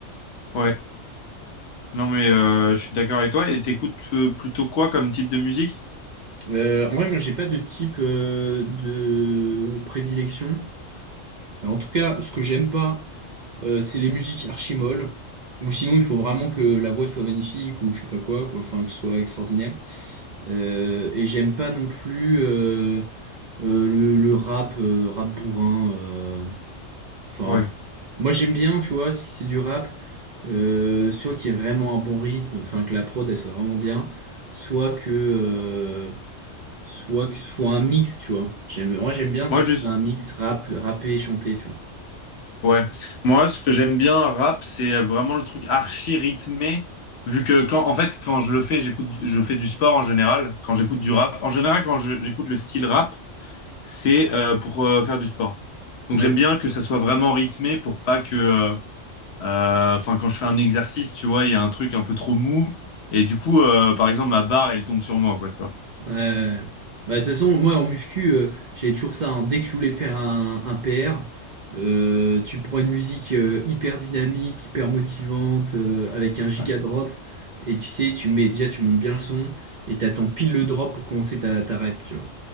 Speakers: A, on the left; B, on the right.
A: ouais. Non, mais euh, je suis d'accord avec toi. Et t'écoutes euh, plutôt quoi comme type de musique?
B: Euh, en vrai, moi j'ai pas de type euh, de prédilection. En tout cas, ce que j'aime pas, euh, c'est les musiques archi molles. Ou sinon, il faut vraiment que la voix soit magnifique ou je sais pas quoi, quoi. Enfin, que ce soit extraordinaire. Euh, et j'aime pas non plus euh, euh, le, le rap, euh, rap bourrin. euh. Enfin,
A: Ouais.
B: moi j'aime bien, tu vois, si c'est du rap, euh, soit qu'il y ait vraiment un bon rythme, enfin que la prod elle soit vraiment bien, soit que, euh, soit que ce soit un mix, tu vois. J'aime, moi j'aime bien,
A: Moi,
B: tu sais,
A: juste...
B: quand t'as un mix rap, rappé et chanté, tu vois.
A: Ouais. Moi, ce que j'aime bien, rap, c'est vraiment le truc archi rythmé. Vu que quand, en fait, quand je le fais, j'écoute, je fais du sport en général. Quand j'écoute du rap, en général, quand je- j'écoute le style rap, c'est euh, pour euh, faire du sport. Donc
B: Ouais.
A: j'aime bien que ça soit vraiment rythmé pour pas que, euh, euh, enfin quand je fais un exercice, tu vois, il y a un truc un peu trop mou et du coup, euh, par exemple, ma barre elle tombe sur moi, quoi, tu vois.
B: Ouais, ouais. ouais. Bah, de toute façon, moi en muscu, euh, j'avais toujours ça. hein. Dès que je voulais faire un, un PR, euh, tu prends une musique euh, hyper dynamique, hyper motivante, euh, avec un giga
A: Ouais,
B: drop, et tu sais, tu mets déjà, tu montes bien le son, et t'attends pile le drop pour commencer ta, ta rep, tu vois.